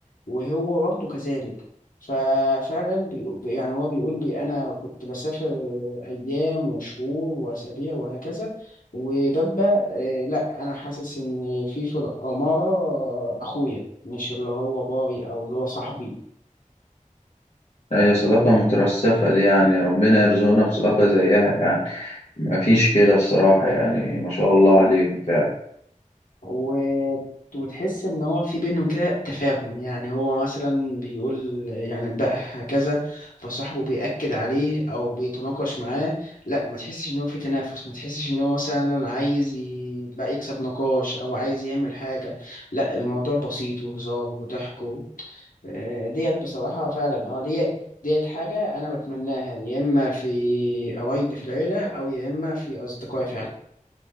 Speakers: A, on the left; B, on the left.
A: وهو برضه كذلك ففعلا بي- بي- يعني هو بيقول لي انا كنت بسافر ايام وشهور واسابيع وهكذا وببقى آه، لا انا حاسس ان في في الاماره آه، اخويا مش اللي هو جاري او اللي هو صاحبي
B: هي صداقة مترسخة دي يعني ربنا يرزقنا بصداقة زيها يعني مفيش كده الصراحة يعني ما شاء الله عليهم فعلا
A: و... وتحس ان هو في بينهم كده تفاهم يعني هو مثلا بيقول يعني بقى هكذا فصاحبه بيأكد عليه او بيتناقش معاه لا ما تحسش ان هو في تنافس ما تحسش ان هو مثلا عايز ي- بقى يكسب نقاش او عايز يعمل حاجة لا الموضوع بسيط وهزار وضحك و- آه، ديت بصراحة فعلا اه ديت ديت حاجة انا بتمناها يا اما في قرايبي في العيلة او يا اما في اصدقائي فعلا